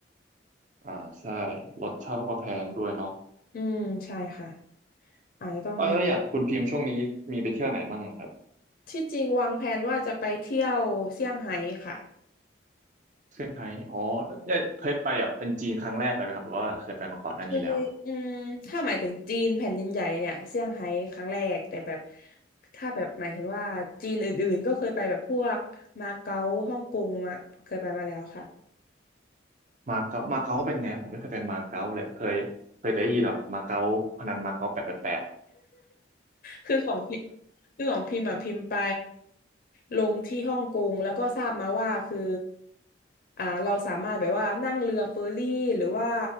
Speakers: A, on the right (about 40°); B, on the left (about 50°).
A: <laughs> อ่าใช่รถเช่าก็แพงด้วยเนาะ
B: อืมใช่ค่ะอาจจะต้องมี
A: เออแล้วอย่างคุณพิมพ์ช่วงนี้มีไปเที่ยวไหนมั่งครับ
B: ที่จริงวางแผนว่าจะไปเที่ยวเซี่ยงไฮ้ค่ะ
A: เซี่ยงไฮ้อ๋อเนี่ยเคยไปแบบเป็นจีนครั้งแรกเลยไหมครับหรือว่าเคยไปมาก่อนหน้านี้แล้ว
B: เคยอืมถ้าหมายถึงจีนแผ่นดินใหญ่เนี่ยเซี่ยงไฮ้ครั้งแรกแต่แบบถ้าแบบหมายถึงว่าจีนอื่นๆก็เคยไปแบบพวกมาเก๊าฮ่องกงมาเคยไปมาแล้วค่ะ
A: มาเก๊ามาเก๊าเป็นไงผมไม่เคยไปมาเก๊าเลยเคยเคยแต่ได้ยินแบบมาเก๊าพนันมาเก๊าแปดแปดแปด
B: คือของพิคือของพิมพ์อ่ะพิมพ์ไปลงที่ฮ่องกงแล้วก็ทราบมาว่าคืออ่าเราสามารถแบบว่านั่งเรือเฟอร์รี่หรือว่า